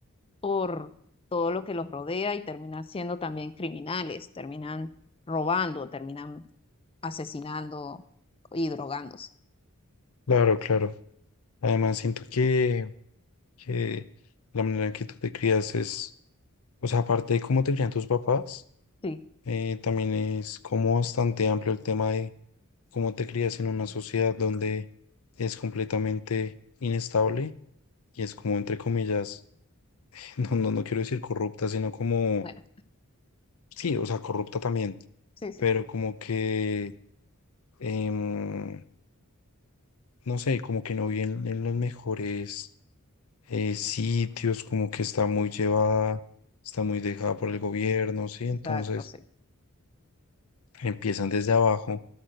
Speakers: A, on the left; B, on the left.
A: por todo lo que los rodea y terminan siendo también criminales, terminan robando, terminan asesinando y drogándose.
B: Claro, claro. Además siento que, que la manera en que tú te crías es, o sea, aparte de cómo te crían tus papás,
A: Sí,
B: eh, también es como bastante amplio el tema de cómo te crías en una sociedad donde es completamente inestable y es como, entre comillas, <laughs> no, no, no quiero decir corrupta, sino como,
A: bueno,
B: sí, o sea, corrupta también,
A: sí, sí,
B: pero como que, em, no sé, como que no viene en, en los mejores eh, sitios, como que está muy llevada, está muy dejada por el gobierno, ¿sí? Entonces
A: exacto, sí.
B: empiezan desde abajo